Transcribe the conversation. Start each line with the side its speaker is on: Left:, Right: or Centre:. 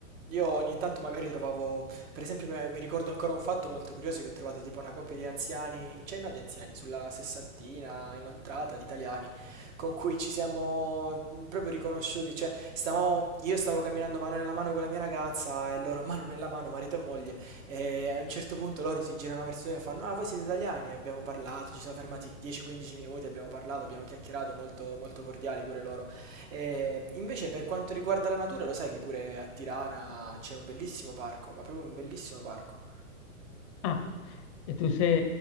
Right: Io ogni tanto magari trovavo, per esempio me- mi ricordo ancora un fatto molto curioso che ho trovato tipo una coppia di anziani, cioè no di anziani, sulla sessantina inoltrata di italiani, con cui ci siamo mm, proprio riconosciuti, cioè stavamo, io stavo camminando mano nella mano con la mia ragazza e loro <laughs> mano nella mano, marito e moglie, e a un certo punto loro si girano verso me e fanno, ah voi siete italiani? E abbiamo parlato, ci siamo fermati 10-15 minuti, abbiamo parlato, abbiamo chiacchierato, molto, molto cordiali pure loro. Ehm, invece per quanto riguarda la natura, lo sai che pure a Tirana c'è un bellissimo parco, ma proprio un bellissimo parco.
Left: Ah, e tu sei...